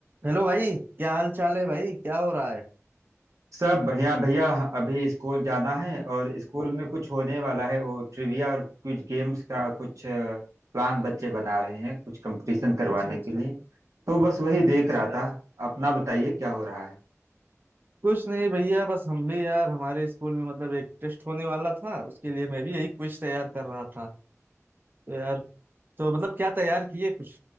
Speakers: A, on the right; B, on the right.
A: Hello भाई क्या हाल चाल है भाई क्या हो रहा है
B: सब बढ़िया भैया अभी स्कूल जाना है और स्कूल में कुछ होने वाला है वो ट्रिविया और कुछ गेम्स का कुछ प्लान बच्चे बना रहे हैं कुछ कंपटीशन करवाने
A: अच्छा अच्छा
B: के लिए तो बस वही देख
A: अच्छा
B: रहा था अपना बताइए क्या हो रहा है
A: कुछ नहीं भैया बस हम भी यार हमारे स्कूल में मतलब एक टेस्ट होने वाला था उसके लिए मैं भी यही क्विज तैयार कर रहा था तो यार तो मतलब क्या तैयार किए कुछ